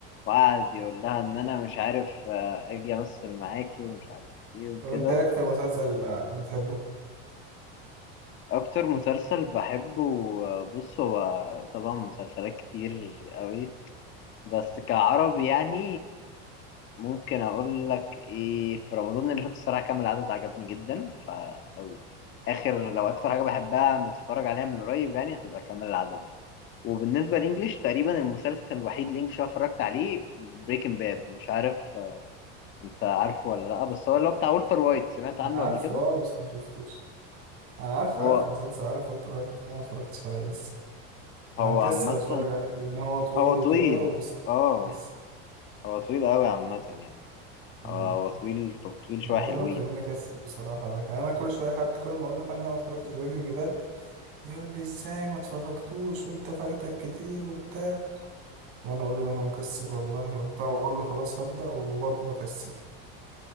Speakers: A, on the left; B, on the right.
A: وقعد يقول لها ان انا مش عارف آه، اجي امثل معاكي ومش عارف ايه وكده
B: طب انت ايه اكتر مسلسل بتحبه
A: اكتر مسلسل بحبه بص هو طبعا مسلسلات كتير قوي بس كعربي يعني ممكن اقول لك ايه في رمضان اللي فات الصراحه كان العدد عجبني جدا فلو اخر لو اكتر حاجه بحبها متفرج عليها من قريب يعني هتبقى كامل العدد وبالنسبه للانجليش تقريبا المسلسل الوحيد الانجليش اللي أنا اتفرجت عليه بريكنج باد مش عارف انت عارفه ولا لا بس هو اللي هو بتاع والتر وايت سمعت
B: انا
A: عنه
B: عارفه
A: قبل كده
B: اه بس ما شفتوش انا عارف
A: هو
B: عارف مسلسل عارف فترة بس أنا ما اتفرجتش عليه لسه
A: هو
B: انا مكسل
A: عامة
B: اتفرج عليه لان هو طويل
A: هو
B: وكده
A: طويل
B: وبس
A: اه
B: مكسل
A: هو طويل قوي عامة يعني
B: مم.
A: هو هو طويل طب طويل
B: ما
A: شوية
B: ده
A: حلوين
B: اللي مخليني اكسل بصراحه لكن انا كل شويه حد كل ما اقول لحد انا ما اتفرجتش بريكنج باد يقول لي ازاي ما اتفرجتوش وانت فايتك كتير وبتاع وانا اقول له انا مكسل والله وبتاع واقول له خلاص هبدا وبرضه بكسل